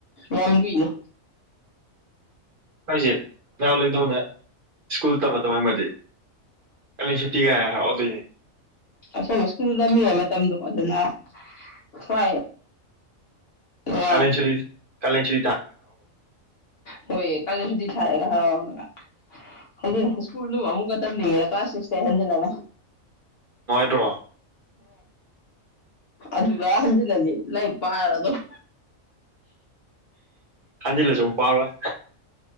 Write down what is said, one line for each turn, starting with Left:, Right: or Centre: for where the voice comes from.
Left: ꯌꯥꯝ ꯂꯨꯏꯅꯦ
Right: ꯑꯩꯁꯦ ꯅꯍꯥꯛ ꯂꯩꯗꯧꯅ ꯁ꯭ꯀꯨꯜ ꯇꯝꯕ ꯇꯧꯃꯗꯤ ꯀ ꯁꯨꯇꯤꯒꯥꯏ ꯍꯥꯏꯔꯛꯑꯣꯗꯣꯏꯅꯤ
Left: ꯑꯁꯦꯡꯕ ꯁ꯭ꯀꯨꯜ ꯇꯝꯃꯤꯉꯩ ꯃꯇꯝꯗꯣ ꯑꯗꯨꯅ ꯍꯣꯏ ꯅꯨꯡꯉꯥꯏ
Right: ꯀꯂꯦꯟ ꯁꯨꯇꯤ ꯀꯥꯂꯦꯟ ꯁ
Left: ꯍꯣꯏ ꯀꯂꯦꯟ ꯁꯨꯇꯤ ꯊꯑꯒ ꯁ꯭ꯀꯨꯜ ꯑꯃꯨꯀ ꯇꯝꯅꯤꯡꯉꯦ ꯀ꯭ꯂꯥꯁ ꯁꯤꯛꯁꯇꯩ ꯍꯟꯖꯤꯂꯒ
Right: ꯅꯨꯉꯥꯏꯇ꯭ꯔꯣ
Left: ꯑꯗꯨꯗ ꯍꯟꯖꯤꯜꯂꯗꯤ ꯂꯥꯏꯔꯤꯛ ꯄꯥꯔꯒ ꯑꯗꯨꯝ
Right: ꯈꯟꯖꯤꯜꯂꯁꯨ ꯑꯃꯨꯛ ꯄꯥꯔꯣꯏ